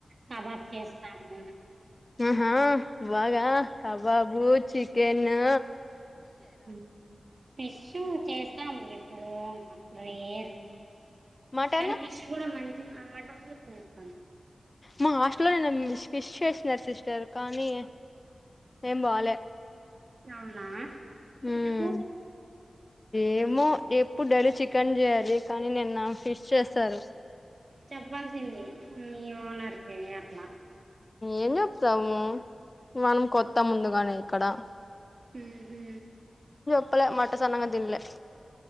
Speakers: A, on the right (about 55°); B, on the left (about 30°).
A: కబాబ్ చేస్తాము
B: ఆహా బాగా కబాబు చికెను
A: హ్ ఫిషూ చేస్తాము ఎప్పుడో రేర్
B: మటన్
A: కానీ పిష్ కూడా మంచిగా అమ్మటం చేస్తాను
B: మా హాస్టల్ లో నిన్ను ఫిష్ చేసినారు సిస్టర్ కానీ ఏం బాలే
A: అవునా ఎందుకు
B: ఉమ్ ఏమో ఎప్పుడు డైలీ చికెన్ చేయాలి కానీ నిన్న ఫిష్ చేసారు
A: చెప్పాల్సింది మీ ఓనర్ కి అట్లా
B: ఏం చెప్తాము మనం కొత్తా ముందుగానే ఇక్కడ
A: ఉహు
B: అప్పలే మట్ట సన్నంగా తిన్లే